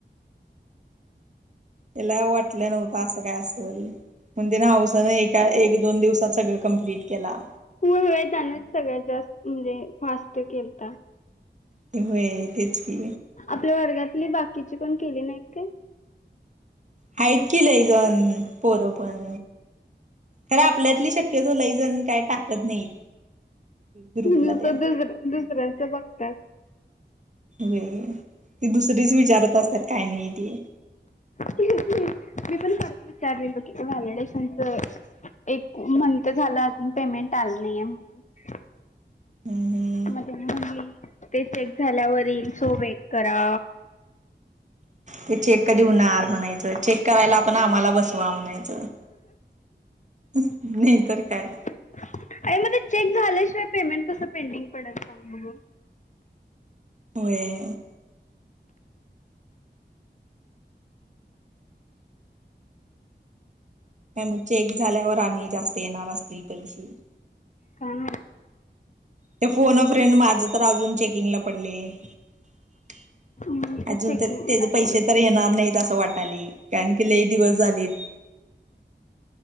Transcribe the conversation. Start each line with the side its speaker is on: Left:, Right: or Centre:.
Right: त्याला वाटलं नव्हतं असं काय असेल. मग तिने हाऊसाने एका एक-दोन दिवसात सगळ कंमप्लीट केला.
Left: होय त्यांनाच सगळ्यात जास्त म्हणजे फास्ट केलता.
Right: ते वय, तेच की.
Left: आपल्या वर्गातली बाकीची कोण केली नाहीत काय?
Right: हाईत की लय जण पोरं पण. खरं आपल्यातली शक्यतो लय जण काय टाकत नाहीत. ग्रुपला
Left: नुसत
Right: त्या
Left: दुसऱ्या, दुसऱ्यांचे बघतय.
Right: वय ती दुसरीच विचारत असतात काय नाही ते.
Left: <unintelligible> मी पण सराला विचारलेलो की व्हॅलिडेशनच. एक म्हणत झालं अजून पेमेंट आलं नाहीये म्हणून.
Right: हम्म हम्म
Left: मग म्हणे ते चेक झाल्यावरील सो वेट करा.
Right: ते चेक कधी होणार म्हणायचं चेक करायला आपण आम्हाला बसवा म्हणायचं. नाही तर काय.
Left: अ मग चेक झाल्या शिवाय पेमेंट कस पेंडिंग पडता म्हणून.
Right: होय. काय मग चेक झाल्यावर आणि जास्त येणार असतील पैसे.
Left: काय माहित
Right: ते फोन अ फ्रेंड माझ तर अजून चेकिंगला पडले. <inaudible>
Left: मग ते
Right: अजून
Left: चेकिंग
Right: तर तेच
Left: दाखवते
Right: पैसे तर येणार नाहीत अस वाटायले कारण की लई दिवस झाले-.